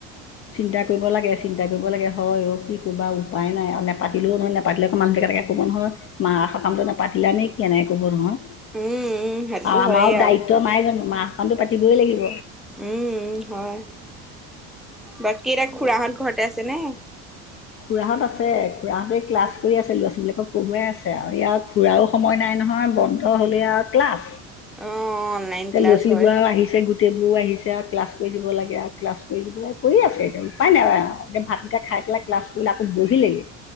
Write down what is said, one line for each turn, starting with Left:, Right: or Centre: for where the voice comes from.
Left: চিন্তা কৰিব লাগে চিন্তা কৰিব লাগে হয় অ কি কইবা উপায় নাই আৰু নেপাতিলেও নহয় নেপাতিলেও আক মানুহ থাকে থাকে কব নহয় মা সকামটো নেপ পাতিলা নেকি এনেকে কব নহয়
Centre: উম উম সেইটোতো
Left: আউ আমাও
Centre: হয়েই
Left: দায়িত্ব
Centre: আৰু
Left: নাই জানো মা সকামটো পাতিবই লাগিব
Centre: উম হয় বাকী এটা খুৰাহত ঘৰতে আছে নে
Left: খুৰাহত আছে খুৰাহঁতে ক্লাছ কই আছ ল'ৱা ছোৱলীবিলাকক পঢ়ুৱাই আছে আউ ইয়াৰ খুৰাও সময় নাই নহয় বন্ধ হলে আউ ক্লাছ
Centre: অ অনলাইন
Left: তে
Centre: ক্লাছ
Left: লো'ৱা ছোৱালীবো
Centre: হয়
Left: আও আহিছে গোট টবোৰ আহিছে আৰু ক্লাছ কৰি দিব লাগে আৰু ক্লাছ কৰি দিব লাগে কৰি আছে এতিয়া উপায় নাই আৰু এতিয়া ভাতকিটা খাই পেলাই ক্লাছ কৰিলে আকৌ বহি লাগে